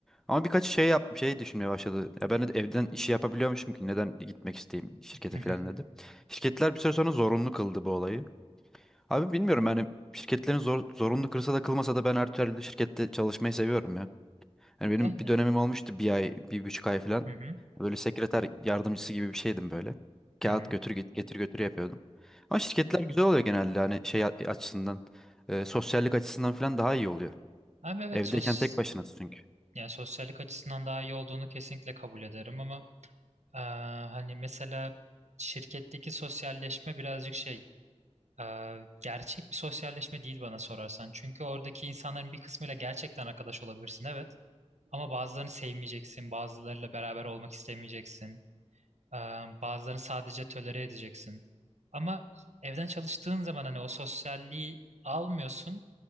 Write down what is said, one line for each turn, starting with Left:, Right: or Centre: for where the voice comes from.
Centre: Ama birkaç şey yap şey düşünmeye başladı. Ya ben de evden işi yapabiliyormuşum ki neden gitmek isteyeyim şirkete
Right: <laughs> hı
Centre: falan
Right: hı.
Centre: dedi. Şirketler bir süre sonra zorunlu kıldı bu olayı. Abi bilmiyorum yani şirketlerin zor, zorunlu kılsa da kılmasa da ben her türlü şirkette çalışmayı seviyorum ya. Yani benim
Right: Yani.
Centre: bir dönemim olmuştu bir ay, bir buçuk ay falan.
Right: Hı hı,
Centre: Böyle sekreter yardımcısı gibi bir şeydim böyle. Kağıt
Right: hı hı.
Centre: götür git getir götür yapıyordum. Ama şirketler güzel oluyor genelde hani şey a- e, açısından, e, sosyallik açısından falan daha iyi oluyor.
Right: Abi evet
Centre: Evdeyken
Right: sos
Centre: tek başınasın çünkü.
Right: Yani sosyallik açısından daha iyi olduğunu kesinlikle kabul ederim ama eee, hani mesela şirketteki sosyalleşme birazcık şey eee, gerçek bir sosyalleşme değil bana sorarsan. Çünkü oradaki insanların bir kısmıyla gerçekten arkadaş olabilirsin evet ama bazılarını sevmeyeceksin, bazılarıyla beraber olmak istemeyeceksin. Ee, Bazılarını sadece tölere edeceksin. Ama evden çalıştığın zaman hani o sosyalliği almıyorsun.